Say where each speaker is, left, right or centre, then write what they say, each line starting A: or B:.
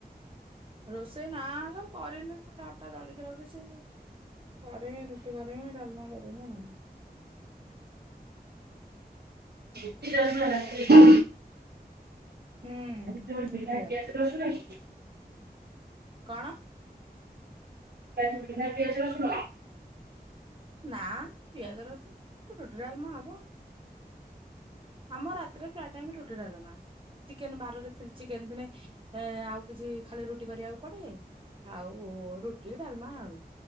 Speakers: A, on the right (about 30°); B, on the right (about 80°).
A: ରୋଷେଇ ନା ଲୋ କରିନି ଅଟା ଦଳିକି ରଖିଚି। ପରେ ରୁଟି କରିବି ଡାଲମା କରିବି ଆଉ।
B: ରୁଟି ଡାଲମା ରାତିରେ <unintelligible>
A: ହୁଁ ରୁଟି ଡାଲମା କଣ?
B: <unintelligible> ପିଆଜ ରସୁଣ।
A: ନା ପିଆଜ ରସୁଣ ରୁଟି ଡାଲମା ହବ। ଆମ ରାତିରେ ପ୍ରାୟେ ଟାଇମ୍ ରୁଟି ଡାଲମା। ଚିକେନ ବାରରେ ଚିକେନ ଦିନେ ଆଉ କିଛି ଖାଲି ରୁଟି କରିବାକୁ ପଡେ। ଆଉ ରୁଟି ଡାଲମା ଆଉ